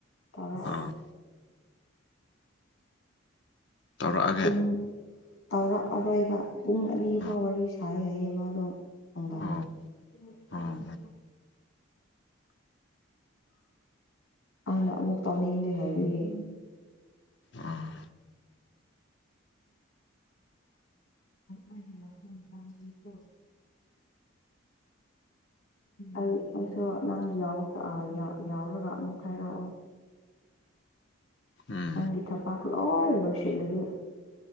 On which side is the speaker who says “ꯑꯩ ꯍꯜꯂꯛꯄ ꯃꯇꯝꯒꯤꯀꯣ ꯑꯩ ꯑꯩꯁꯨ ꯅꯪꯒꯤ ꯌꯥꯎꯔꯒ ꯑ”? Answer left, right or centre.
Left